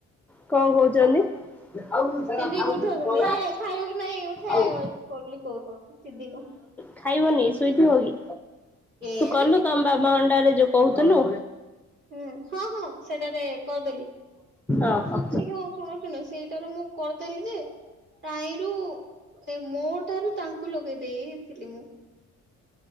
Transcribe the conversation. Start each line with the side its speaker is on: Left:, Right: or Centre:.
Centre: କଣ କହୁଚନ୍ତି? ହଁ
Right: ସିଧିକି ଉଠଉଛନ୍ତି ଏ ଖାଇବୁ କି ନାଇଁ ଉଠା
Centre: ଆଉ
Right: କଲି କହୁଛନ୍ତି ସିଧିକୁ।
Centre: ଖାଇବନି ଶୋଇଥିବ କି?
Right: କେଜାଣି
Centre: ତୁ କଲୁ ତମ ବାବା ଅଣ୍ଡାରେ ଯୋଉ କହୁଥିଲୁ?
Right: ହୁଁ ହଁ ହଁ ସେଟାରେ କରିଦେଲି।
Centre: ଓହୋ
Right: ସେ ଯୋଉ ଶୁଣୁଚୁନା ସେଇଟାରୁ ମୁଁ କରିଦେଲି ଯେ ଟାଇଁ ରୁ ଏ ମୋ ଠାରୁ ତାଙ୍କୁ ଲଗେଇ ଦେଇଥିଲି ମୁଁ।